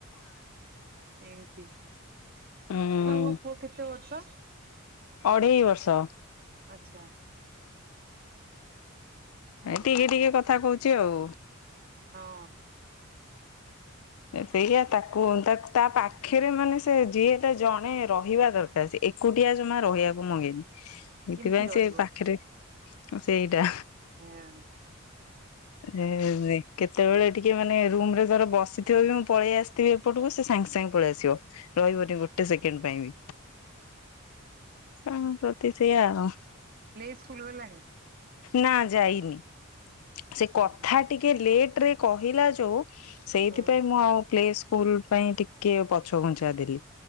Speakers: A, on the right (about 45°); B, on the left (about 80°).
A: ଏମତି।
B: ଉଁ
A: ଆପଣଙ୍କ ପୁଅ କେତେ ବର୍ଷ?
B: ଅଢେଇ ବର୍ଷ।
A: ଆଚ୍ଛା। ହୁଁ
B: ଏଇ ଟିକେ ଟିକେ କଥା କହୁଚି ଆଉ।
A: ହଁ।
B: ସେଇଆ ତାକୁ ତା ତା ପାଖେରେ ମାନେ ସେ ଯିଏ ହେଲେ ଜଣେ ରହିବା ଦର ଏକୁଟିଆ ଜମା ରହିବାକୁ ମଙ୍ଗେନି। ଏଇଥିପାଇଁ
A: କେମିତି ରହିବ
B: ସେ ପାଖେରେ ସେଇଟା
A: ହଁ
B: ଏ କେତେବେଳେ ଟିକେ ମାନେ ରୁମ୍ ରେ ଧର ବସି ଥିବ ବି ମୁଁ ପଳେଇ ଆସିଥିବି ଏପଟକୁ ସେ ସାଙ୍ଗେ ସାଙ୍ଗେ ପଳେଇ ଆସିବ ରହିବନି ଗୋଟେ ସେକେଣ୍ଡ ପାଇଁ ବି। ଉଁ ପ୍ରତି ସେଇୟା ଆଉ।
A: ପ୍ଲେ ସ୍କୁଲ ଗଲାଣି?
B: ନା ଯାଇନି, ସେ
A: ହଁ
B: କଥା ଟିକେ ଲେଟ୍ ରେ କହିଲା ଯୋଉ ସେଇଥିପାଇଁ
A: ହଁ
B: ମୁଁ ଆଉ ପ୍ଲେ ସ୍କୁଲ ପାଇଁ ଟିକେ ପଛ ଘୁଞ୍ଚା ଦେଲି।